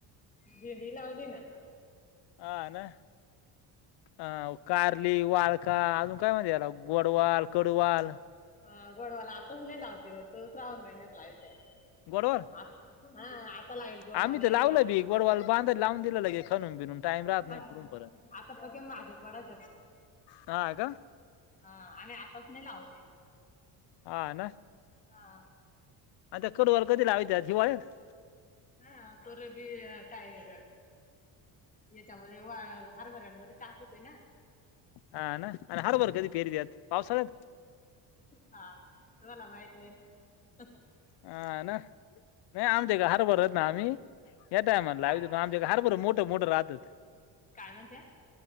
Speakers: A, on the left (about 20°); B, on the left (about 65°).
A: भेंडी लावली ना
B: ह आहे ना अ कारली वाळका अजून काय म्हती याला गोडवाल कडवाल
A: अ गडवाला आताच नाही लावते होत श्रावण महिन्यात लावतेत
B: गोडवाल
A: आ हा आता लागेल गोडवाला
B: आम्ही तर
A: हे
B: लावलं
A: माझ
B: बी गोडवाल बांध लावून दिलं लगे खणून बिनून टाइम राहत नाही
A: प
B: पुरून परत
A: आता बघे माझ्या पडाच
B: हा ह का
A: ह आम्ही आपस नाही लावते
B: ह ना
A: हा
B: आता त्या कड वर कधी लाविततात हिवायात
A: हा तोर बी कायले जा याच्यामध्ये वा हरभऱ्यांमध्ये टाकतोय ना
B: हा ना आणि हर बर कधी पेरयतात पावसाळात
A: हा तु म्हाला माहित नाहीय ना
B: हा ना नाही आमच्या हर भरत ना आम्ही या टायमला
A: काय
B: आ पण आमच्या हर बर मोठ मोठ राहतात
A: काय म्हणत्या